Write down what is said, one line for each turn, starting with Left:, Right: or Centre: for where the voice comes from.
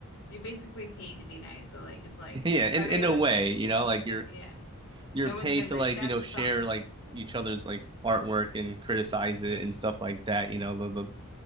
Left: You're basically paid to be nice. So like it's like
Right: <laughs> yeah,
Left: are
Right: in,
Left: they
Right: in
Left: really
Right: a way, you know, like you're
Left: yeah.
Right: you're
Left: No
Right: paid
Left: one's gonna be
Right: to
Left: like,
Right: like,
Left: that
Right: you know,
Left: sucks.
Right: share like each other's like artwork and criticize it and stuff like that, you know, the,